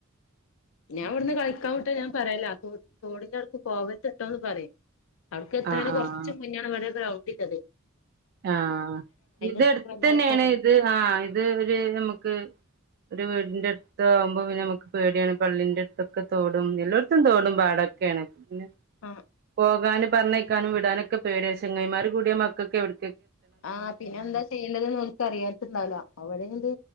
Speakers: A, on the left (about 65°); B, on the right (about 50°).
A: ഞാ ഇവിടുന്ന് കളിക്കാൻ വിട്ടാ ഞാൻ പറയലാ തോ തോടിന്റെ അവിടുക്ക് പോവര്ത്തിട്ടോ പറയും അവട്ക്ക് എത്ത്ണേന്
B: ആഹ് ആഹ്
A: കൊറച്ച് മുന്നാണ് ഇവടൊരു ഗ്രൗണ്ടിള്ളത്
B: ആഹ് ഇത്
A: അടുത്തേക്ക്
B: എടുത്ത്
A: വല്ലാതെ
B: തന്നേണ്
A: പോവ
B: ഇത് ആഹ് ഇത് ഒരു ഞമ്മക്ക് ഒരു വീടിന്റെ എടു താവുമ്പം പിന്നെ ഞമ്മക്ക് പേടിയാണ് പള്ളിന്റെ എടുത്തൊക്കെ തോടും എല്ലോടത്തും തോടും പാടൊക്കെയാണ് പിന്നെ
A: ആഹ്
B: പോകാനും പറഞ്ഞേക്കാനും വിടാനൊക്കെ പേടിയാ ചെങ്ങായിമാര് കൂടിയ മക്കക്കെവി
A: ആ പിന്നെ എന്താ ചെയ്യേണ്ടത് ന്ന് ഓല്ക്ക് അറിയാത്തിണ്ടാവൂല അവരയിനിത്